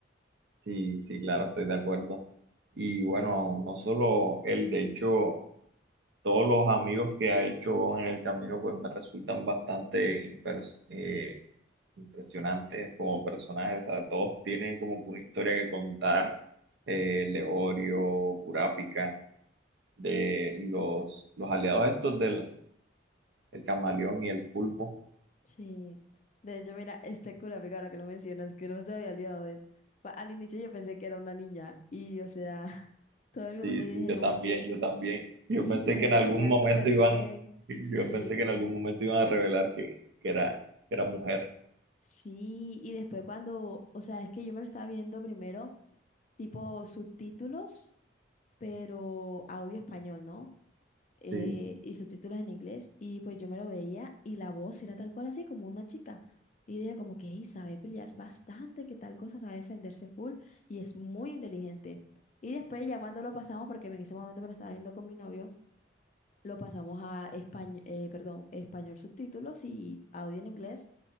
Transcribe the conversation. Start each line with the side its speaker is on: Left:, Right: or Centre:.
Right: sí, sí, claro, estoy de acuerdo. Y bueno, no solo él, de hecho... todos los amigos que ha hecho en el camino, pues me resultan bastante impres- eh, impresionantes como personajes. O sea, todos tienen como que una historia que contar. Eh, Leorio, Curápica, de los, los aliados estos del el camaleón y el pulpo.
Left: Sí, de hecho, mira, este Kurapika, ahora que lo mencionas, que no se me había olvidado de eso. Fue- Al inicio yo pensé que era una niña y, o sea, <laughs> todo el
Right: Sí,
Left: momento yo
Right: sí,
Left: dije
Right: yo
Left: como
Right: también,
Left: que,
Right: yo también. Yo
Left: ella
Right: pensé
Left: sabe
Right: que en algún
Left: pelear
Right: momento
Left: súper
Right: iban,
Left: bien,
Right: <laughs>
Left: sí,
Right: yo pensé que en algún momento iban a revelar que, que era, que era mujer.
Left: Sí, y después cuando, o sea, es que yo me lo estaba viendo primero, tipo subtítulos, pero audio español, ¿no? Eh,
Right: Sí.
Left: y subtítulos en inglés, y pues yo me lo veía y la voz era tal cual así, como una chica. Y yo dije como que, "Ey, sabe pelear bastante, que tal cosa, sabe defenderse full, y es muy inteligente. Y después ya cuando lo pasamos, porque en ese momento me lo estaba viendo con mi novio, lo pasamos a español, perdón, español subtítulos y audio en inglés.